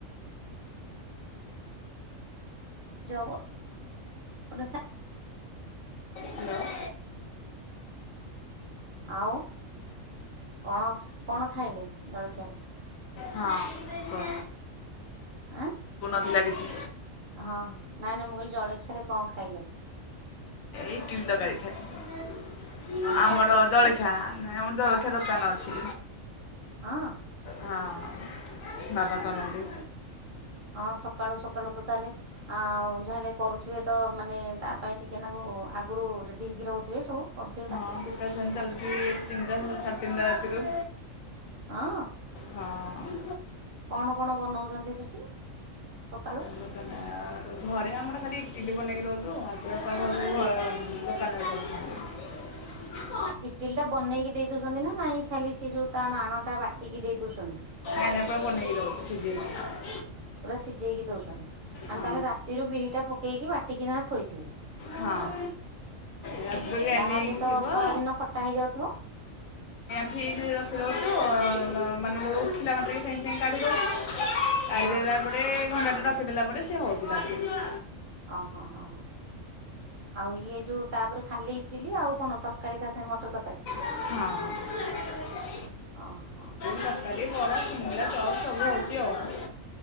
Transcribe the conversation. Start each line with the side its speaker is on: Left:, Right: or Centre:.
Right: <unintelligible>
Left: ହ୍ୟାଲୋ
Right: ଆଉ କଣ କଣ ଖାଇଲେ ଜଳଖିଆରେ?
Left: ହଁ କୁହ
Right: ଆଁ?
Left: ଲାଗିଛି।
Right: ହଁ ନାଇଁ ନାଇଁ ମୁଁ କହିଲି ଜଳଖିଆରେ କଣ ଖାଇଲେ?
Left: ଇଟିଲି ତରକାରି ଖାଇଲି।
Right: ହଁ
Left: ଆମର
Right: ଘରେ କରିଥିଲେ
Left: ଜଳଖିଆ ନାଇଁ ଆମର ଜଳଖିଆ ଦୋକାନ ଅଛି।
Right: ହଁ!
Left: ହଁ ବାବା କରନ୍ତି।
Right: ହଁ ସକାଳୁ ସକାଳୁ ତ ତାହେଲେ ଆଉ ଯାହାଲେ କରୁଥିବେ ତ ମାନେ ତା ପାଇଁ ଟିକେ ନାକୁ। ଆଗରୁ ରେଡି ହେଇକି ରହୁଥିବେ ସବୁ କରୁଥିବେ ପା।
Left: ହଁ ଅପ୍ରେସନ୍ ଚାଲିଛି ତିନିଟା ସାଢ଼େ ତିନିଟା ରାତିରୁ।
Right: ହଁ।
Left: ହଁ
Right: କଣ କଣ ବନାଉଛନ୍ତି ସେଠି ସକାଳୁ।
Left: ଦୋକାନ ଘରେ ଆମର ଖାଲି ଇଟିଲି ବନେଇକି ଦଉଛୁ ଆଉଣ ସବୁ ଦୋକାନରେ କରୁଛନ୍ତି। ହ
Right: ଇଟିଲି ଟା ବନେଇକି ଦେଇ ଦଉଛନ୍ତି ନା ନହିଁ ଖାଲି ସେ ଯୋଉ ତା ନାଣଟା ବାଟିକି ଦେଇ ଦଉଛନ୍ତି।
Left: ନାଇଁ ନାଇଁ ପୁରା ବନେଇକି ଦଉ ସିଜେଇକି।
Right: ପୁରା ସିଝେଇକି ଦଉଛନ୍ତି ଆ
Left: ହଁ
Right: ତାହେଲେ ରାତିରୁ ବିରି ଟା ପକେଇକି ବାଟିକି ନ ଥୋଇଥିବେ।
Left: ହଁ। ରାତିରୁ ଗ୍ରାଣ୍ଡି
Right: ବାହାରେ
Left: ହେଇକି
Right: ତ
Left: ଥିବ।
Right: ଖରା ଦିନ ଖଟା ହେଇଯାଉଥିବ
Left: ଠି ରଖିଦଉଛୁ ଅଁ। ମାନେ ଉଠିଲା ମାତ୍ରେ କେ ସାଙ୍ଗେ ସାଙ୍ଗେ କାଢ଼ିଦେଉୁଛୁ କାଢ଼ି
Right: ହଁ
Left: ଦେଲା ପରେ। ଘଣ୍ଟା ଟେ ରଖିଦେଲା ପରେ ସେ ହଉଛି ତାର।
Right: ଅ ହଁ ହଁ। ଆଉ ଇଏ ଯୋଉ ତାପରେ ଖାଲି ଇଟିଲି ଆଉ କଣ ତରକାରୀ ତାୀ ମଟର ତରକାରୀ।
Left: ହଁ।
Right: ଅ ହଁ।
Left: ତରକାରୀ ବରା ସିଙ୍ଗିଡା ଚପ୍ ସବୁ ହେଉଛି ଆଉ।